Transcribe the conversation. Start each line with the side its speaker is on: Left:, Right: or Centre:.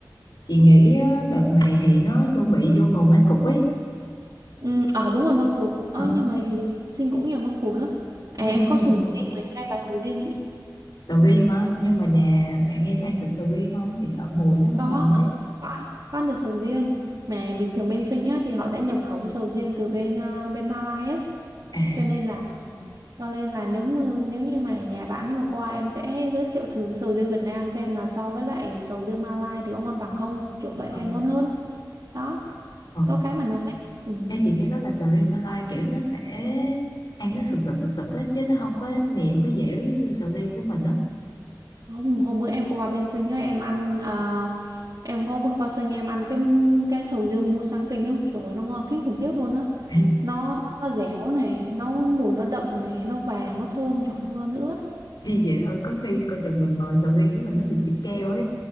Left: chị nghĩ á, đợt này thì nó chuẩn bị vô mùa mang cục ấy
Right: Ừ, à đúng rồi măng cụt. Ờ,
Left: ừ
Right: nhưng mà hình như sinh cũng nhiều măng cụt lắm. À,
Left: xin
Right: em
Left: cúng
Right: có
Left: gì
Right: sầu
Left: mang
Right: riêng
Left: cục
Right: này hay là sầu riêng chị?
Left: sầu riêng hả nhưng mà nhà bạn em ăn được sầu riêng không chị sợ mùi nó hơi
Right: Có,
Left: nồng ấy
Right: có ăn, có ăn được sầu riêng. Mà bình thường bên sinh á, thì họ sẽ nhập khẩu sầu riêng từ bên ờ, bên Malai á.
Left: à
Right: Cho nên là cho nên là nếu mà, nếu như mà nhà bạn ấy mà qua em sẽ giới thiệu thử sầu riêng Việt Nam xem là so với lại sầu riêng Malai thì có ngon bằng không, kiểu vậy
Left: không
Right: hay ngon hơn. Đó,
Left: ừ
Right: có cái mà nói. Ừ.
Left: Ê, chị nghe nói là sầu riêng Malai kiểu nó sẽ ăn nó sực sực sực sực á chứ nó không có mềm với dẻo giống như sầu riêng của mình á
Right: Hôm, hôm bữa em có qua bên Sinh á, em ăn à, em có bước qua Sinh em ăn cái cái sầu riêng Musang Kinh á, trời ơi, nó ngon kinh khủng khiếp luôn á.
Left: ê,
Right: Nó, nó nó dẻo này, nó mùi nó đậm này, nó vàng, nó thơm, trời ơi, nó ngon dữ lắm.
Left: ê, vậy thôi có khi coi chừng mình mời sầu riêng của mình nó bị xịt keo ấy